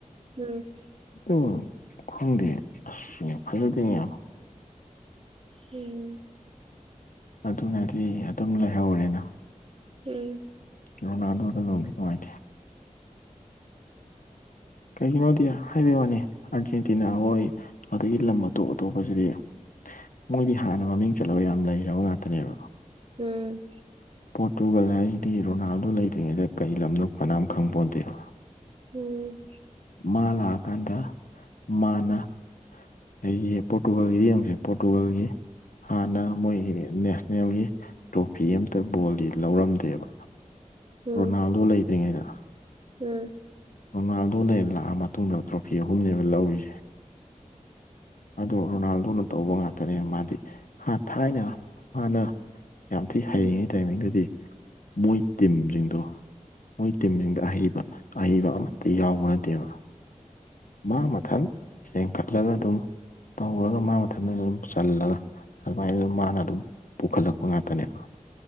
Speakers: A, on the right; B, on the left.
A: ꯎꯝ
B: ꯑꯗꯨ ꯈꯪꯗꯦ ꯑꯁ ꯐꯖꯗꯦ ꯌꯥꯝ
A: ꯎꯝ
B: ꯑꯗꯨꯅꯗꯤ ꯑꯗꯨꯝ ꯂꯩꯍꯧꯔꯦꯅ
A: ꯎꯝ
B: ꯔꯣꯅꯥꯗꯣꯗꯣ ꯅꯨꯡꯗꯤ ꯅꯨꯡꯉꯥꯏꯇꯦ꯫ ꯀꯩꯒꯤꯅꯣꯗꯤ ꯍꯥꯏꯕꯩ ꯋꯥꯅꯦ ꯑꯥꯔꯖꯦꯟꯇꯤꯅꯥ ꯍꯣꯏ ꯑꯗꯒꯤ ꯂꯝ ꯑꯇꯣꯞ ꯑꯇꯣꯞꯄꯁꯤꯗꯤ ꯃꯣꯏꯗꯤ ꯍꯥꯟꯅ ꯃꯃꯤꯡ ꯆꯠꯂꯒ ꯌꯥꯝ ꯂꯩꯔꯕ ꯉꯥꯛꯇꯅꯦꯕ
A: ꯎꯝ꯫
B: ꯄꯣꯠꯇꯨꯒꯜ ꯍꯥꯏꯔꯤꯗꯤ ꯔꯣꯅꯥꯜꯗꯣ ꯂꯩꯇ꯭ꯔꯤꯉꯩꯗ ꯀꯔꯤ ꯂꯝꯅꯣ ꯀꯅꯥꯝ ꯈꯪꯄꯣꯟꯇꯦ ꯅ
A: ꯎꯝ꯫
B: ꯃꯥ ꯂꯥꯛꯑꯀꯥꯟꯗ ꯃꯥꯅ ꯑꯩꯒꯤ ꯄꯣꯔꯇꯨꯒꯜꯒꯤꯗꯤ ꯌꯦꯡꯉꯨꯁꯦ ꯄꯣꯔꯇꯨꯒꯥꯜꯒꯤ ꯍꯥꯟꯅ ꯃꯣꯏꯒꯤ ꯅꯦꯁ ꯅꯦꯜꯒꯤ ꯇ꯭ꯔꯣꯐꯤ ꯑꯝꯇ ꯕꯣꯜꯗꯤ ꯂꯧꯔꯝꯗꯦꯕ꯫
A: ꯎꯝ
B: ꯔꯣꯅꯥꯜꯗꯣ ꯂꯩꯇ꯭ꯔꯤꯉꯩꯗ꯫
A: ꯎꯝ꯫
B: ꯔꯣꯅꯥꯜꯗꯣ ꯂꯩꯔ ꯂꯥꯛꯑ ꯃꯇꯨꯡꯗ ꯇ꯭ꯔꯣꯐꯤ ꯑꯍꯨꯝꯅꯦꯕ ꯂꯧꯔꯤꯁꯦ꯫ ꯑꯗꯣ ꯔꯣꯅꯥꯜꯗꯣꯅ ꯇꯧꯕ ꯉꯥꯛꯇꯅꯦꯕ ꯃꯥꯗꯤ ꯍꯥ ꯊꯥꯏꯅ ꯃꯥꯅ ꯌꯥꯝ ꯊꯤ ꯍꯩꯔꯤꯉꯩ
A: ꯎꯝ
B: ꯇꯥꯏꯃꯤꯡꯗꯗꯤ ꯃꯣꯏ ꯇꯤꯝꯁꯤꯡꯗꯣ ꯃꯣꯏ ꯇꯤꯝꯅꯤꯡꯗ ꯑꯍꯩꯕ ꯑꯍꯩꯕ ꯑꯃꯇ ꯌꯥꯎꯕ ꯅꯠꯇꯦꯕ꯫ ꯃꯥ ꯃꯊꯟ ꯆꯦꯡꯈꯠꯂꯒ ꯑꯗꯨꯝ ꯇꯧꯔꯒ ꯃꯥ ꯃꯊꯟꯇ ꯑꯗꯨꯝ ꯆꯜꯂꯒ ꯑꯗꯨꯃꯥꯏꯅ ꯑꯗꯨ ꯃꯥꯅ ꯑꯗꯨꯝ ꯄꯨꯈꯠꯂꯛꯄ ꯉꯥꯛꯇꯅꯦꯕ꯫